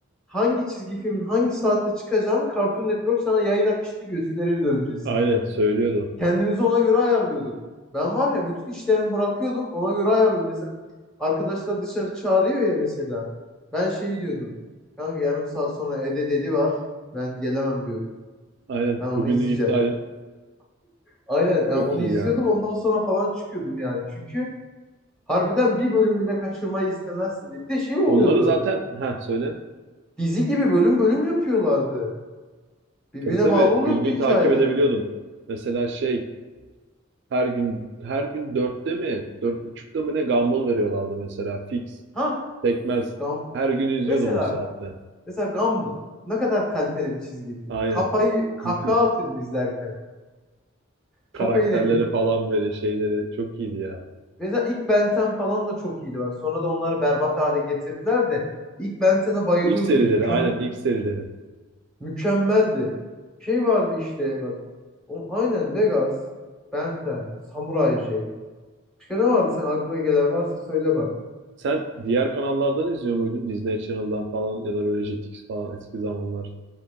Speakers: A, in the centre; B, on the right (about 55°).
A: hangi çizgi filmin hangi saatte çıkacağını Cartoon Network sana yayın akışını gösterirdi öncesinde.
B: Aynen söylüyordu.
A: Kendimizi ona göre ayarlıyorduk. Ben var ya bütün işlerimi bırakıyordum ona göre ayarlıyordum. Mesela arkadaşlar dışarı çağırıyor ya mesela. Ben şey diyordum. Kanka yarım saat sonra Ede dedi var. Ben gelemem diyordum.
B: Aynen.
A: Ben onu
B: Bugünlük
A: izleyeceğim.
B: iptalim
A: Aynen yani
B: çok
A: onu
B: iyi
A: izliyordum
B: ya.
A: ondan sonra falan çıkıyordum yani. Çünkü Harbiden bir bölüm bile kaçırmayı istemezsin diye. Bir de şey oluyordu.
B: Onları zaten ha söyle.
A: Dizi gibi bölüm bölüm yapıyorlardı. Birbirine
B: Tabii tabii.
A: bağlı oluyordu
B: Gün gün
A: hikayelerde.
B: takip edebiliyordun. Mesela şey her gün her gün dörtte mi dört buçukta mı ne Gumball veriyorlardı mesela fix.
A: Ha,
B: Tekmez.
A: Gam
B: Her gün izliyordum
A: mesela
B: o saatte.
A: mesela Gumball ne kadar kaliteli bir çizgi film.
B: Aynen.
A: Kafayı kahkaha
B: Müthiş.
A: atıyordum izlerken.
B: Karakterleri
A: Çok eğleniyordum.
B: falan böyle şeyleri çok iyiydi ya.
A: Mesela ilk Ben 10 falan da çok iyiydi bak. Sonra da onları berbat hale getirdiler de ilk Ben 10'e bayılıyordum.
B: İlk serileri
A: Mükem
B: aynen ilk serileri.
A: mükemmeldi. Şey vardı işte bak. O, aynen Legas, Ben 10, Samurai Jack. Başka ne vardı sen aklına gelen varsa söyle bak.
B: Sen diğer kanallardan izliyor muydun? Disney Channel'dan falan ya da böyle Jetix falan eski zamanlar.